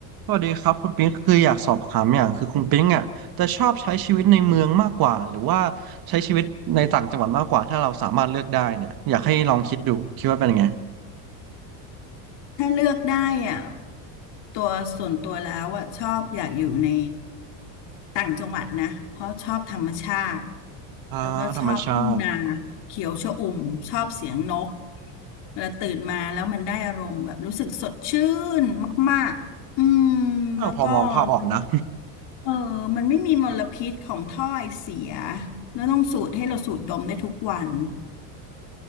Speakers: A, on the right; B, on the left.
A: สวัสดีครับคุณปิ๊งคืออยากสอบถามอย่างคือคุณปิ๊งอ่ะจะชอบใช้ชีวิตในเมืองมากกว่าหรือว่าใช้ชีวิตในต่างจังหวัดมากกว่าถ้าเราสามารถเลือกได้เนี่ยอยากให้ลองคิดดูคิดว่าเป็นยังไง
B: ถ้าเลือกได้อ่ะตัวส่วนตัวแล้วอ่ะชอบอยากอยู่ในต่างจังหวัดนะเพราะชอบธรรมชาติ
A: อ่าธรรมชาติ
B: แล้วก็ชอบทุ่งนาเขียวชอุ่มชอบเสียงนกเวลาตื่นมาแล้วมันได้อารมณ์แบบรู้สึกสดชื่นมากๆอืม
A: อ้าวพอมองภาพออกนะ
B: แล้วก็มันเออมันไม่มีมลพิษของถ้อยเสียแล้วต้องสูดให้เราสูดดมได้ทุกวัน